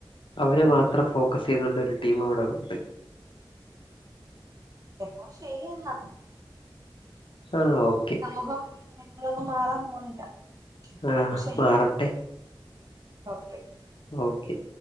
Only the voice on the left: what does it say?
അവരെ മാത്രം ഫോക്കസ് ചെയ്തൊണ്ട് ഒരു ടീം അവിടെ ഉണ്ട്
ആഹ് ഓക്കെ
ആഹ്
മാറട്ടെ
ഓക്കെ